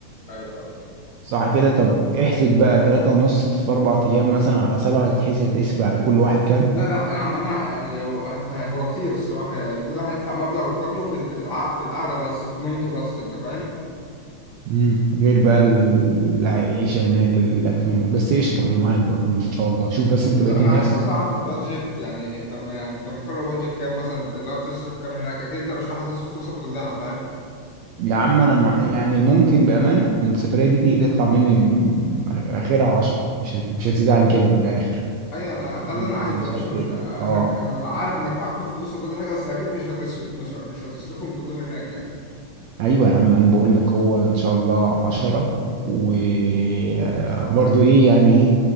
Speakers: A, on the left (about 55°); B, on the right (about 80°).
A: ايوه ايوه
B: صح كده طب احسب بقى ثلاثة ونص في أربع أيام مثلا على سبعة هتتحسب هتقسم على كل واحد كام
A: لا لا يا عم أنا يعني هو هو كتير الصراحة يعني كل واحد يدفع مبلغ وقدره في في القع- في القعدة بس في نومته بس أنت فاهم
B: مم. غير بقى ال- العيشة هناك الأكل والم- بس قشطة أنا معاك برضه إن شاء الله شوف بس أنت
A: بس
B: بقيت
A: أنا
B: الناس
A: عايز بس أعرف البادجت يعني أنت ما- يعني أنت مقرر بادجت كام مثلا أنت لو تصرف كام هناك أكيد أنت مش رايح تصرف فلوسك كلها
B: يا عم انا ما يعني ممكن بامانه السفريه دي تي- تطلع مني م- اخرها عشرة مش هت- مش هتزيد عن كده من الاخر
A: ايوه انا ده
B: <laughs>
A: اللي انا عايزه
B: أنا شايف
A: مش مش
B: كده
A: <laughs> انا
B: اه
A: عارف انك معاك كل فلوس وكل حاجه بس اكيد مش هتص... مش مش هتصرفهم كلهم هناك يعني
B: ايوه يا عم انا بقول لك هو ان شاء الله عشرة وبرضو ايه يعني ايه